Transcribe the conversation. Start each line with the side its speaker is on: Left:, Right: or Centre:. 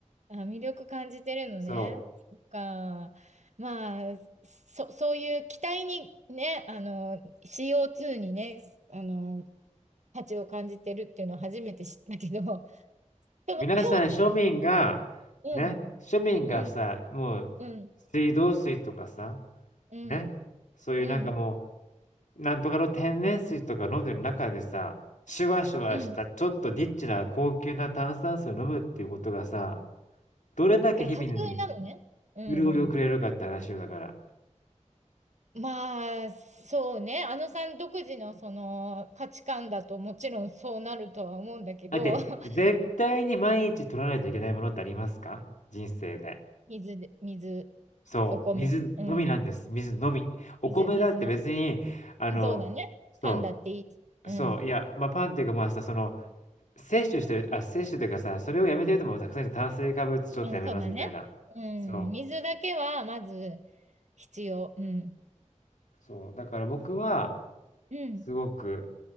Right: あ、魅力感じてるのね。
Left: そ
Right: そっか。まあ、そ、そういう期待にね、あの、CO2 にね、あの、価値を感じてるっていうのは初めて知ったけど、<laughs> その強
Left: う。皆さん庶民が、
Right: 炭、
Left: ね、
Right: うん、
Left: 庶民がさ、
Right: うん、
Left: もう、
Right: うん、
Left: 水道水とかさ、
Right: うん、
Left: ね、そういうなんかも
Right: うん、
Left: うなんとかの天然水とか飲んでる中でさ、シュワシュワしたちょっとリッチな高級な炭酸水を飲むっていうことがさ、
Right: うん。
Left: どれだけ日々に
Right: だから架空なのね。うん、
Left: 潤いをくれるかって話よだから。
Right: うん。まあ、そうね。あのさん独自のその価値観だともちろんそうなるとは思うんだけど、
Left: だって、
Right: <laughs>
Left: 絶対に毎日取らないといけないものってありますか人生で。
Right: 水で、水、
Left: そう、
Right: お米、
Left: 水のみなんです。
Right: うん。
Left: 水のみ。お米だって別に、
Right: 水、水飲
Left: あの、
Right: み。そうだね。
Left: そ
Right: 噛んだっていいし。うん。
Left: う、そう、いや、まあ、パンっていうかまあさ、その、摂取してる、あ、摂取っていうかさ、それをやめてる人もたくさんいる炭水化物ちょっとやめますみたいな。
Right: うん、そうだね。うん。
Left: そう。
Right: 水だけはまず必要。うん。
Left: そう、だから僕は、
Right: うん。
Left: すごく